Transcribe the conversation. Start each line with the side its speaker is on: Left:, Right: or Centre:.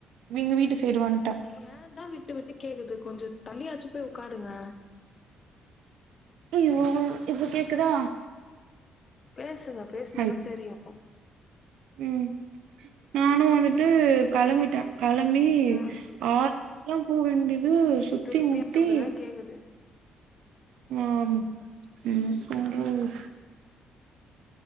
Right: எங்க வீட்டு சைடு வன்ட
Left: ஏ தா விட்டு விட்டு கேக்குது கொஞ்ச தள்ளியாச்சி போய் ஒக்காருங்க
Right: ஐயோ இப்ப கேக்குதா
Left: பேசுங்க பேசனாதா
Right: ஹல்
Left: தெரிய
Right: ம் நானு வந்துட்டு களம்பிட்டே களம்பி
Left: ம்
Right: ஆறுக்ல்லா போ வேண்டியது சுத்தி
Left: திருப்பி
Right: முத்தி
Left: அப்டிதா கேக்குது
Right: நா என்ன சொல்றது